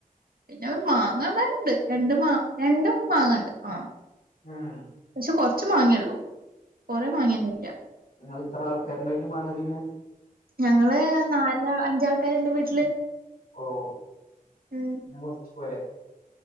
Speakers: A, on the right (about 80°); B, on the left (about 75°).
A: പിന്നെ മാങ്ങ മരണ്ട് രണ്ട് മാ രണ്ടും മാങ്ങണ്ട് ആഹ്.
B: ഉം.
A: പക്ഷെ കൊർച്ച് മാങേള്ളൂ കൊറെ മാങേന്നുല്ല.
B: നിങ്ങള് ഇത്ര ആൾക്കാര്ണ്ടായ്റ്റും മാങ്ങതിന്ന്
A: ഞങ്ങള് ന്നാല് അഞ്ചാൾക്കാര്ണ്ട് വീട്ടില്.
B: ഓഹ്
A: ഉം
B: ന്നാ കൊർച്ച് പോരേ.